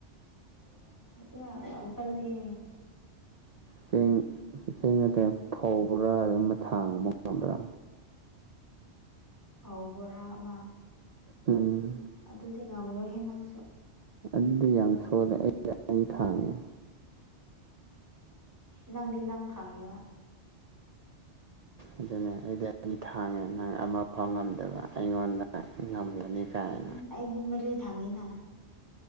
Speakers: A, on the right; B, on the right.
A: ꯌꯥꯔ ꯑꯪꯀꯜꯅꯤ
B: ꯆꯦꯡ ꯆꯦꯡ ꯅꯠꯇꯅ ꯐꯧꯕ꯭ꯔꯥ ꯑꯗꯨꯝꯕ ꯊꯥꯡꯕꯕ ꯉꯗ꯭ꯔꯥ
A: ꯍꯥꯎꯕꯣꯔꯥꯃ
B: ꯎꯝ
A: ꯑꯗꯨꯗꯤ ꯉꯝꯔꯣꯏꯍꯦ ꯅꯪꯁꯨ
B: ꯑꯗꯨꯗꯤ ꯌꯥꯝ ꯁꯣꯜꯂꯦ ꯑꯩ ꯑꯩ ꯊꯥꯡꯉꯦ
A: ꯅꯪꯗꯤ ꯅꯪ ꯊꯥꯡꯉꯦꯕ
B: ꯑꯗꯨꯅꯦ ꯑꯩꯗꯤ ꯑꯅꯤ ꯊꯥꯡꯉꯦ ꯅꯪ ꯑꯃ ꯐꯥꯎ ꯉꯝꯗꯕ ꯑꯩꯉꯣꯟꯗ ꯉꯝꯒꯅꯤ ꯀꯥꯏꯅ
A: ꯎꯝ ꯑꯩꯗꯤ ꯃꯔꯤ ꯊꯥꯡꯉꯤꯅ